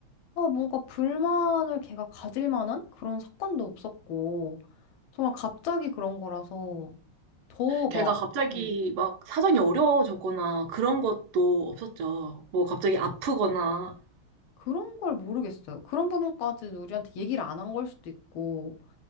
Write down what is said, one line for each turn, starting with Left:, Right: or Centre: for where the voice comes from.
Left: 아, 뭔가 불만을 걔가 가질 만한 그런 사건도 없었고, 정말 갑자기 그런 거라서 더 막,
Right: 걔가 갑자기
Left: 응,
Right: 막 사정이 어려워졌거나 그런 것도 없었죠. 뭐 갑자기 아프거나
Left: 그런 걸 모르겠어요. 그런 부분까지는 우리한테 얘기를 안 한 걸 수도 있고,